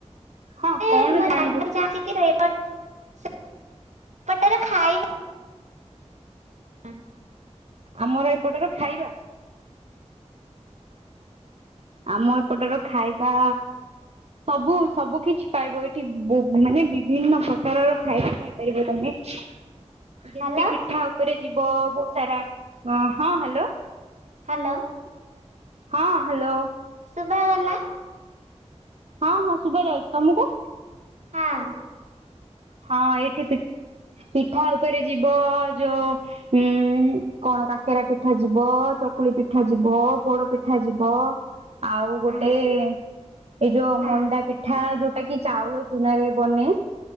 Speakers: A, on the right; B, on the right.
A: ହଁ
B: ଏ
A: କଣ
B: ମୁଁ
A: ଜାଣିବୁ
B: ଜାଣିବାକୁ ଚାହୁଁଚିକି <unintelligible> ସେପଟରେ ଖାଇବା ଆଁ।
A: ଆମର ଏପଟର ଖାଇବା ଆମ ଏପଟର ଖାଇବା ସବୁ ସବୁ କିଛି ପାଇବ ଏଠି ବୋ ମାନେ ବିଭିନ୍ନ ପ୍ରକାରର ଖାଇବା ଖାଇପାରିବ ତମେ। ଯେମିତି
B: ହ୍ୟାଲୋ
A: ପିଠା ଉପରେ ଯିବ ବହୁତ ସାରା ଅ ହଁ ହାଲୋ।
B: ହାଲୋ।
A: ହଁ ଅଁ ହ୍ୟାଲୋ
B: ଶୁଭା ଗଲା
A: ହଁ ହଁ ଶୁଭା ଯାଉଛି ତମକୁ?
B: ହଁ ଅଁ
A: ହଁ ଏଇଠି ପିଠା ଉପରେ ଯିବ ଯଉ ହୁଁ କଣ କାକେରା ପିଠା ଯିବ ଚକୁଳି ପିଠା ଯିବ ପୋଡ ପିଠା ଯିବ। ଆଉ ଗୋଟେ
B: ହଁ
A: ଏଇ ଯୋଉ
B: ହଁ
A: ମଣ୍ଡା ପିଠା ଯୋଉ ଯୋଉଟା କି ଚାଉଳ ଚୁନାରେ ବନେ